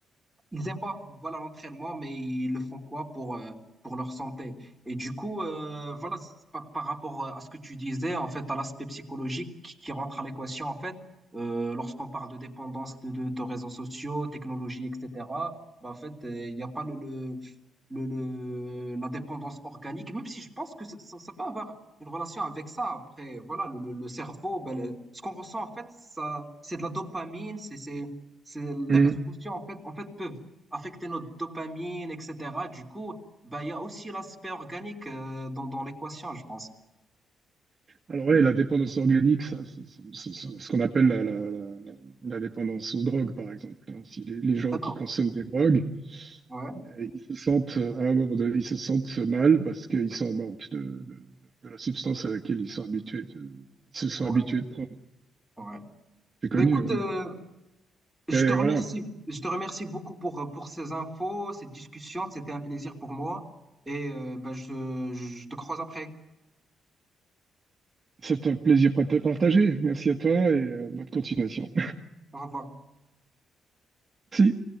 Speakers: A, in the centre; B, on the right (about 30°).
A: ils aiment pas voilà l'entraînement, mais ils le font quoi pour euh, pour leur santé. Et du coup, euh, voilà, c'est par, par rapport euh, à ce que tu disais, en fait, à l'aspect psychologique qui, qui rentre à l'équation, en fait, euh, lorsqu'on parle de dépendance de, de, de réseaux sociaux, technologie, etc. Bah, en fait, euh, il n'y a pas le, le le, le- la dépendance organique, même si je pense que ça, ça ça peut avoir une relation avec ça. Après, voilà, le, le- le cerveau, ben, le- ce qu'on ressent, en fait, ça, c'est de la dopamine, c'est, c'est, c'est, les
B: Mhm.
A: réseaux sociaux, en fait, en fait, peuvent affecter notre dopamine, etc. Du coup, bah, il y a aussi l'aspect organique euh, dans, dans l'équation, je pense.
B: Alors oui, la dépendance organique, ça, c'est c'est- c'est- c'est ce qu'on appelle la, la- la- la- la dépendance aux drogues, par exemple. hein. Si les, les gens
A: D'accord.
B: qui consomment des drogues,
A: Ouais,
B: euh, ils se sentent euh, à un moment donné, ils se sentent mal parce qu'ils sont en manque de, de- de la substance à laquelle ils sont habitués, de- ils se sont
A: ouais,
B: habitués de prendre.
A: ouais.
B: C'est connu,
A: Ben écoute,
B: oui.
A: euh, je
B: Mais
A: te remercie.
B: voilà,
A: Je te remercie beaucoup pour, euh, pour ces infos, cette discussion. C'était un plaisir pour moi. Et euh, ben, je, je te croise après.
B: c'est un plaisir partagé. Merci à toi et euh, bonne continuation.
A: Au revoir.
B: Si,